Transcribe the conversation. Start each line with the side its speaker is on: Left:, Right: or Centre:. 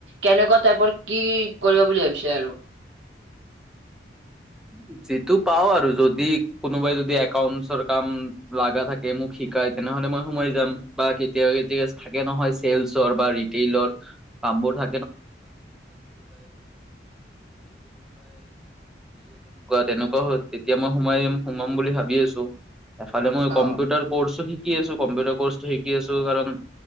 Right: কেনেকুৱা টাইপৰ কি কৰিব বুলি ভাবিছে আৰু।
Centre: । যিটো পাও আৰু যদি কোনোবাই যদি একাউন্টছৰ কাম লগা থাকে মোক শিক। নেহলে মই সোমাই যাম বা কেতিয় কে থাকে নহয় চল বা ল। । তেনেকুৱা তেনেকুৱা হ তেতিয়া মই সোমাইম সোমাম বুলি ভাবি আছো। এফালে মই
Right: অ
Centre: ক্পিউটাৰ কৰ্চো শিকি আছো কম্পিউটাৰ কৰ্। শিকি আছো কাৰণ